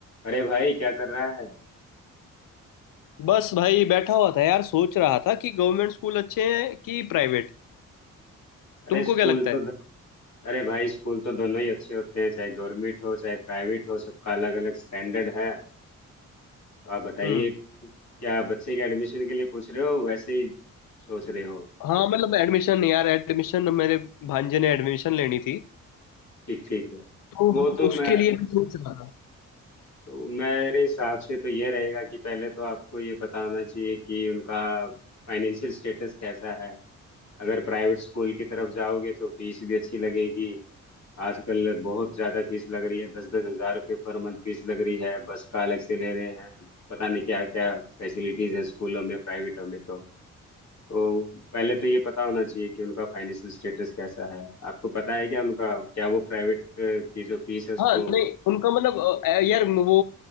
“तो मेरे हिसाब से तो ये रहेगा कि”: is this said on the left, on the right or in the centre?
Left